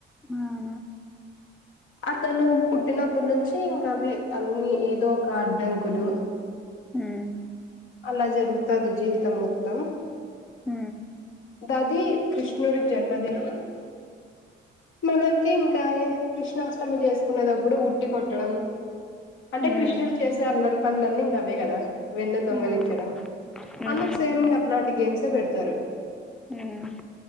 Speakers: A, in the centre; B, on the left.
A: అవునా
B: అతను పుట్టినప్పుటి నుంచి ఇంకా అవి అన్ని ఏదో ఒక అడ్డంకులు
A: హ్మ్
B: అలా జరుగుతది జీవితం మొత్తం
A: ఊ
B: దది కృష్ణుడి జన్మదినం మనకి ఇంకా కృష్ణాష్టమి చేసుకునేటప్పుడు ఉట్టి కొట్టడం అంటే
A: హ్మ్
B: కృష్ణుడు చేసే అల్లరి పనులన్నీ ఇంక అవే కదా వెన్నె దొంగలించడం
A: ఆ హ్మ్
B: అందుకు సేమింగ అలాంటి గేమ్స్ ఎ పెడతారు
A: హ్మ్